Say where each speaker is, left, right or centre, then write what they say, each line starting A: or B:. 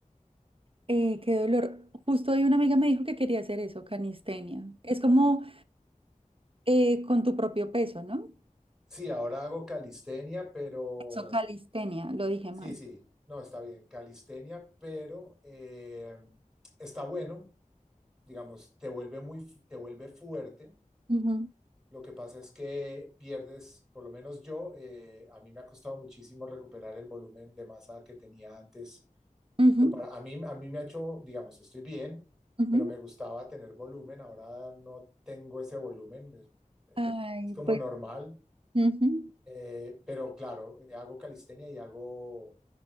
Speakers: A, on the right (about 40°); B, in the centre.
A: eh, qué dolor. Justo hoy una amiga me dijo que quería hacer eso, calistenia. Es como eh, con tu propio peso, ¿no?
B: Sí, ahora hago calistenia, pero
A: Eso, calistenia, lo dije
B: sí,
A: mal.
B: sí, no, está bien, calistenia, pero eh, está bueno, digamos, te vuelve muy, fu- te vuelve fuerte.
A: Ujú,
B: Lo que pasa es que pierdes, por lo menos yo, eh, a mí me ha costado muchísimo recuperar el volumen de masa que tenía antes
A: ujú,
B: Para, a mí, a mí me ha hecho, digamos, estoy bien,
A: ujú.
B: pero me gustaba tener volumen, ahora no tengo ese volumen, es, eh,
A: Ay,
B: es como
A: pues,
B: normal,
A: ujú,
B: eh, pero claro, eh, hago calistenia y hago,